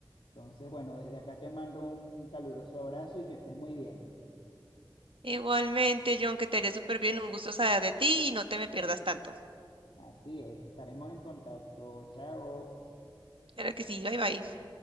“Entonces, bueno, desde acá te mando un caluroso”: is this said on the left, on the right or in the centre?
Left